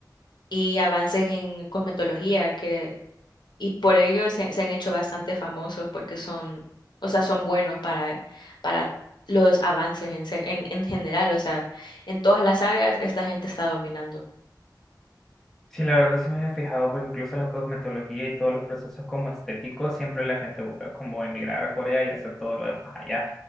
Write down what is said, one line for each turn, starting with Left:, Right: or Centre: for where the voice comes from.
Left: y avances en cosmetología, que y por ello se, se han hecho bastante famosos porque son, o sea, son buenos para, para los avances en, se- en, en general, o sea, en todas las áreas esta gente está dominando.
Centre: Sí, la verdad sí me había fijado, porque incluso la cosmetología y todos los procesos como estéticos, siempre la gente busca como emigrar a Corea y hacer todo lo demás allá.